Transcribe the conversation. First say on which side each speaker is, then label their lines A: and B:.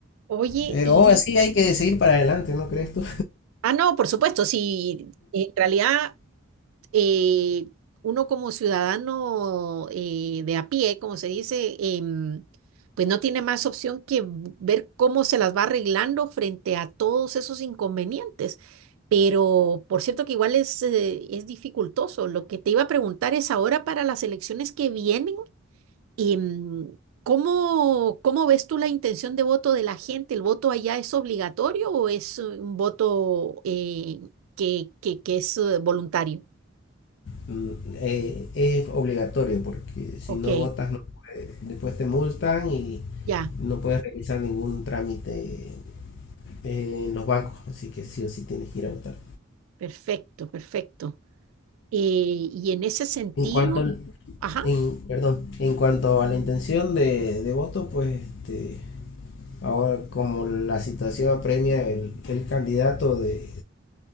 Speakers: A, on the right; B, on the left.
A: Oye,
B: Pero
A: y...
B: aún así hay que seguir para adelante, ¿no crees tú?
A: Ah, no, por supuesto, sí, en realidad eh, uno como ciudadano eh, de a pie, como se dice, em, pues no tiene más opción que v- ver cómo se las va arreglando frente a todos esos inconvenientes. Pero por cierto que igual es, eh, es dificultoso. Lo que te iba a preguntar es ahora para las elecciones que vienen. Y, mm, ¿cómo, cómo ves tú la intención de voto de la gente? ¿El voto allá es obligatorio o es eh, un voto eh, que, que- que es eh, voluntario?
B: Mm, eh, es obligatorio porque si
A: Ok,
B: no votas no puedes- después te multan y
A: ya,
B: no puedes realizar ningún trámite eh, en los bancos, así que sí o sí tienes que ir a votar.
A: perfecto, perfecto. Eh, y en ese sentido,
B: En cuanto al-
A: ajá,
B: en, perdón, en cuanto a la intención de, de voto, pues este, Ahora, como la situación apremia, el, el candidato de,